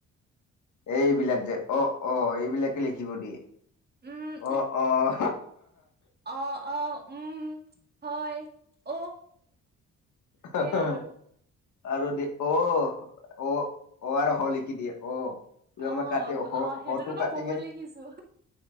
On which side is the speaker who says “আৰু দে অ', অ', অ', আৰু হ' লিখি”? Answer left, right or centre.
Left